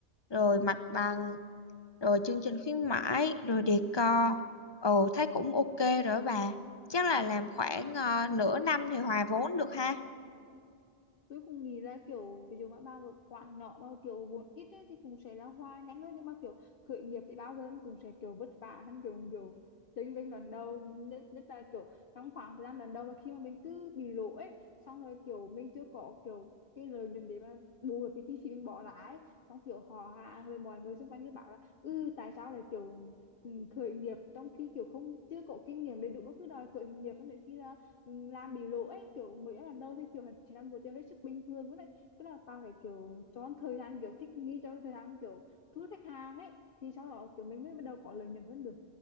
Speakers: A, on the left; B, on the left.
A: rồi mặt bằng rồi chương trình khuyến mãi rồi decor Ồ thấy cũng ok rồi đó bà Chắc là làm khoảng ờ, nửa năm thì hòa vốn được ha
B: tôi cũng nghĩ là kiểu ví dụ mà bao một quán nhỏ mà kiểu vốn ít ấy, thì cũng sẽ là hoa nhanh hơn nhưng mà kiểu khởi nghiệp thì bao giờ cũng sẽ kiểu vất vả hơn kiểu kiểu tính bên đoạn đầu nhất, nhất là kiểu trong khoảng thời gian đoạn đầu mà khi mà mình cứ bị lỗ ấy xong rồi kiểu mình chưa có kiểu cái lợi nhuận để mà bù được cái chi phí mình bỏ ra ấy xong kiểu họ hàng rồi mọi người xung quanh cứ bảo là ừ tại sao lại kiểu ừ, khởi nghiệp trong khi kiểu không chưa có kinh nghiệm đầy đủ mà cứ đòi khởi nghiệp xong đến khi là Ừ, làm bị lỗ ấy kiểu mới làm đâu thì kiểu chỉ là một điều hết sức bình thường đấy tức là tao phải kiểu cho thời gian kiểu thích nghi cho thời gian kiểu thu hút khách hàng ấy thì sau đó kiểu mình mới bắt đầu có lợi nhuận hơn được